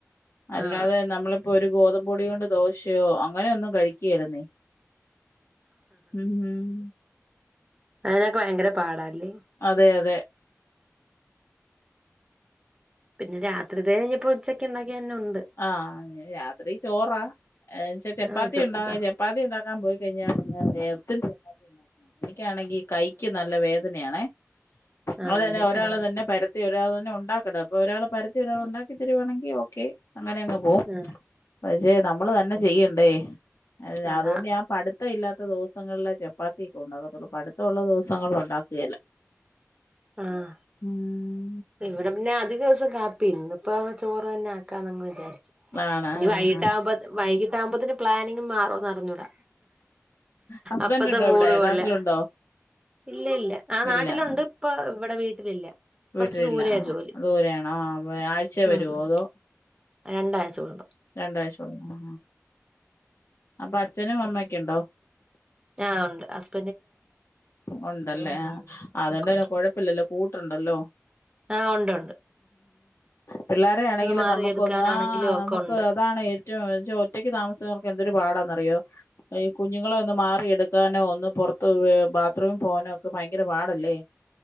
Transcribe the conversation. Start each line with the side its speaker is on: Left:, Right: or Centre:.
Left: അല്ലാതെ
Right: ആ
Left: നമ്മളി ഇപ്പൊ ഒരു ഗോതമ്പൊടി കൊണ്ട് ദോശയോ അങ്ങനെ ഒന്നും കഴിക്കേലന്നെ. ഉം ഉം
Right: അതിനൊക്കെ ഭയങ്കര പാടാല്ലെ.
Left: അതെ അതെ
Right: പിന്നെ രാത്രിത്തേന് ഇഞ്ഞ്പ്പൊ ഉച്ചക്ക് ഇണ്ടാക്കിയ തന്നെ ഒണ്ട്
Left: ആഹ് രാത്രി ചോറാ. എച്ചാ ചപ്പാത്തി
Right: ആ ചോ
Left: ഇണ്ടാവെ
Right: സ
Left: ചപ്പാത്തി ഇണ്ടാക്കാൻ പോയി കഴിഞ്ഞാ പിന്നെ ഒത്തിരി ചപ്പാ എനിക്കാണെങ്കി കൈക്ക് നല്ല വേദനയാണെ.
Right: ആഹ്
Left: അത് തന്നെ
Right: അതെ
Left: ഒരാൾ
Right: ആഹ്
Left: തന്നെ പരത്തി ഒരാൾ തന്നെ ഒണ്ടാക്കണ്ടെ അപ്പൊ ഒരാൾ പരത്തി ഒരാൾ ഒണ്ടാക്കി തരുവാണെങ്കി ഓക്കെ. അങ്ങനെ അങ്ങ് പോവും.
Right: ആഹ്
Left: പക്ഷെ നമ്മള് തന്നെ ചെയ്യണ്ടേ
Right: അതാ
Left: അതുകൊണ്ട് ഞാൻ പട് ത്തം ഇല്ലാത്ത ദിവസങ്ങളിലെ ചപ്പാത്തിക്കെ ഒണ്ടാക്കത്തുള്ളൂ പടുത്തവൊള്ള ദിവസങ്ങളിൽ ഒണ്ടാക്കേല്ല
Right: ആഹ്
Left: ഉം
Right: ഇവിടെ പ്പിന്നെ അധിക ദിവസം കാപ്യന്നെ. ഇന്നിപ്പ ചോറ് തന്നെ ആക്കാന്നങ്ങ് വിചാരിച്ചു.
Left: ആണ്
Right: ഇനി
Left: ആഹ്
Right: വൈകിട്ട് ആകുമ്പ വൈകിട്ട ആകുമ്പോത്തിന് പ്ലാനിങ്ങ് മാറോന്ന് അറിഞ്ഞൂടാ.
Left: ഹസ്ബൻഡ്
Right: അപ്പത്തെ
Left: ഉണ്ടോ
Right: മൂട്
Left: ഇവിടെ
Right: പോലെ
Left: നാട്ടിലുണ്ടോ
Right: ഇല്ലല്ല ആഹ് നാട്ടിലൊണ്ട്.
Left: ഇല്ല
Right: ഇപ്പൊ ഇവിടെ വീട്ടിലില്ല.
Left: വീട്ടിലില്ല,
Right: കുറച്ച് ദൂരെയാ
Left: ആഹ്
Right: ജോലി
Left: ദൂരെയണോ. ആഹ് ആഴ്ച്ചെ വരുവോ
Right: ഉം ഉം
Left: അതോ
Right: രണ്ടാഴ്ച കൂടുമ്പോ.
Left: രണ്ടാഴ്ച കൂടുമ്പോ. അപ്പൊ അച്ഛനും അമ്മക്കെ ഉണ്ടോ?
Right: ഞാ ഉണ്ട് ഹസ്
Left: ഒണ്ടല്ലേ.
Right: അനിയന്
Left: ആഹ് അതൊണ്ടല്ലേ
Right: ഒക്കെ ഉണ്ട്
Left: കൊഴപ്പില്ലല്ലോ കൂട്ടുണ്ടല്ലോ.
Right: ആഹ് ഒണ്ട് ഒണ്ട്.
Left: പിള്ളാരെ ആണെങ്കിലും
Right: മാറിയെടുക്കാനാണെങ്കിലും
Left: നമുക്കൊന്ന് ആഹ്
Right: ഒക്കെ
Left: നമുക്ക്
Right: ഉണ്ട്
Left: അതാണെയ് റ്റൊചൊ ഒറ്റക്ക് താമസക്കാർക്ക് എന്തൊരു പാടാന്നറിയോ ഈ കുഞ്ഞുങ്ങളെ ഒന്ന് മാറിയ എടുക്കാനോ ഒന്നും പൊറത്ത് ബാത്റൂം പോകാനൊക്കെ ഭയങ്കര പാടല്ലേ.